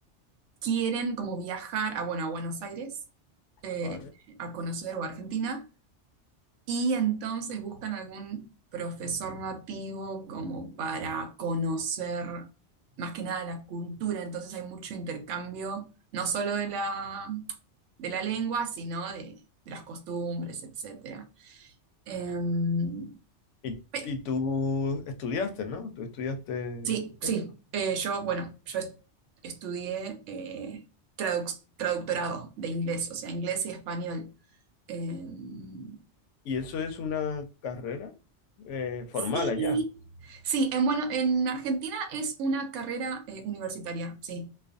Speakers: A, on the right; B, on the left.
A: quieren como viajar a, bueno, a Buenos Aires, eh,
B: ¿Vale?
A: a conocer o a Argentina, Y entonces buscan algún profesor nativo como para conocer más que nada la cultura. Entonces hay mucho intercambio, no solo de la, de la lengua, sino de, de las costumbres, etcétera. Em,
B: Y,
A: pe-
B: y tú estudiaste, ¿no? Tú estudiaste...
A: sí, sí.
B: eh,
A: eh, yo, bueno, yo est- estudié eh, traduc- traductorado de inglés, o sea, inglés y español. Em,
B: ¿Y eso es una carrera eh, formal
A: Sí,
B: allá?
A: sí, en, bueno, en Argentina es una carrera eh, universitaria, sí.